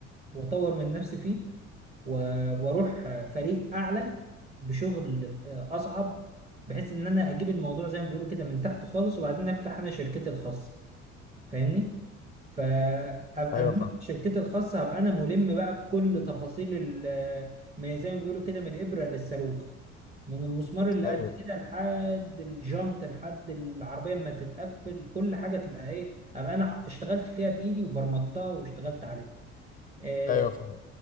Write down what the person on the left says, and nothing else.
ايوه
فاهم
ايوه
ايوه فاهم